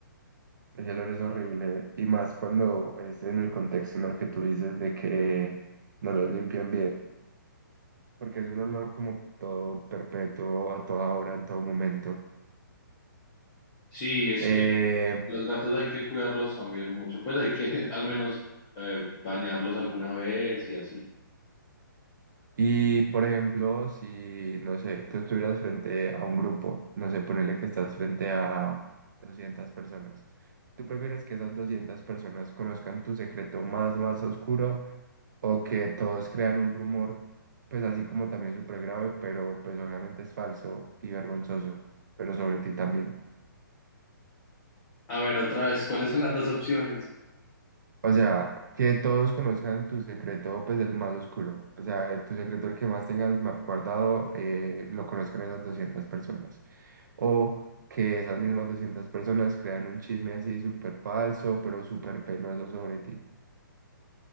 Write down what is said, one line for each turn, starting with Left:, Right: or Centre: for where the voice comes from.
Right: ese olor es horrible. Y más cuando es en el contexto en el que tú dices de que no los limpian bien. Porque es un olor como todo perpetuo, a toda hora, en todo momento.
Left: Sí, es
Right: Eh,
Left: que Los gatos hay que cuidarlos también mucho, pues hay que <laughs> al menos eh, bañarlos alguna vez y así.
Right: Y por ejemplo, si, no sé, tú estuvieras frente a un grupo, no sé, ponele que estás frente a 200 personas, ¿tú prefieres que esas 200 personas conozcan tu secreto más, más oscuro o que todos crean un rumor, pues así como también súper grave, pero pues obviamente es falso y vergonzoso, pero sobre ti también?
Left: A ver, otra vez, ¿cuáles son las dos opciones?
Right: O sea, que todos conozcan tu secreto, pues el más oscuro. O sea, tu secreto, el que más tengas ma- guardado, eh, lo conozcan esas 200 personas. O que esas mismas 200 personas crean un chisme así súper falso, pero súper penoso sobre ti.